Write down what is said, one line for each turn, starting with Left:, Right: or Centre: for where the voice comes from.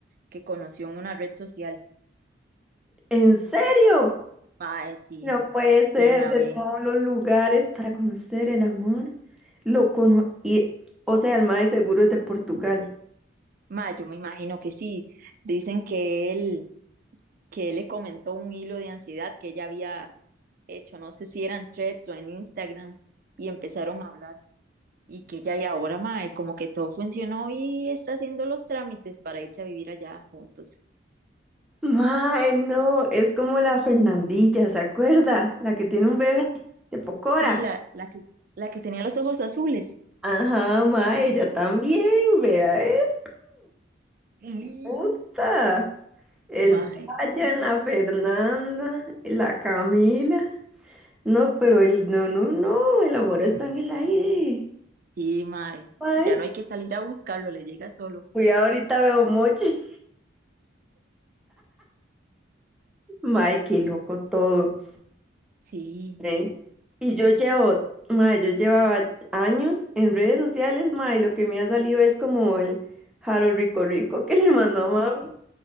Right: que conoció en una red social.
Centre: ¿En serio?
Right: Mae, sí,
Centre: No puede ser
Right: ¿quién la
Centre: de
Right: ve?
Centre: todos los lugares para conocer el amor. Lo cono y, o sea, el mae seguro es de Portugal.
Right: Mae, yo me imagino que sí. Dicen que él que él le comentó un hilo de ansiedad que ella había hecho, no sé si eran threads o en Instagram, y empezaron a hablar. Y que ella, y ahora, mae, como que todo funcionó y está haciendo los trámites para irse a vivir allá juntos.
Centre: Mae, no, es como la Fernandilla, ¿se acuerda? La que tiene un bebé de Pocora.
Right: Sí, la, la que, la que tenía los ojos azules.
Centre: Ajá, mae, ella también, vea eso.
Right: Sí,
Centre: puta! El
Right: mae, sí,
Centre: Brian, la Fernanda, la Camila. No, pero el no, no, no, el amor está en el aire.
Right: sí, mae.
Centre: Ay,
Right: Ya no hay que salir a buscarlo, le llega solo.
Centre: cuidado, ahorita veo mochi. <laughs> Mae, qué loco todo.
Right: Sí,
Centre: ¿eh? Y yo llevo, mae, yo llevaba años en redes sociales, mae, y lo que me ha salido es como el Harold Rico Rico que le mandó a mami.